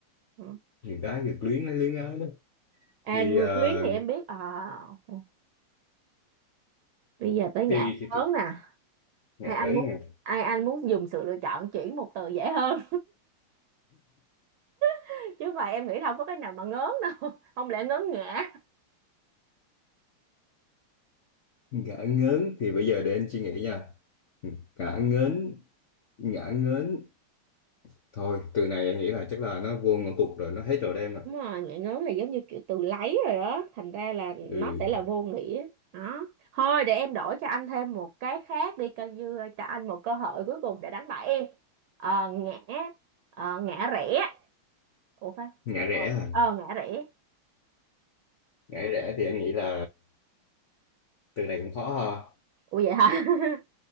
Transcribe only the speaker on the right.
Ờ.
à
ngược
luyến thì em biết ờ ok. bây giờ tới ngã
lớn
nè
hay anh
muốn ai anh muốn dùng sự lựa chọn chuyển một từ dễ hơn <laughs> chứ mà em nghĩ là không có cái nào mà ngớn đâu không lẽ ngớn ngã
Đúng rồi, ngại ngớn là giống như kiểu từ lấy rồi đó, thành ra là
nó sẽ là vô nghĩa. Đó. Thôi để em đổi cho anh thêm một cái khác đi coi như ờ, cho anh một cơ hội cuối cùng để đánh bại em. Ờ, ngã ờ, ngã rẽ. Ủa phải.
Ờ ngã rẽ.
Ủa vậy hả? <laughs>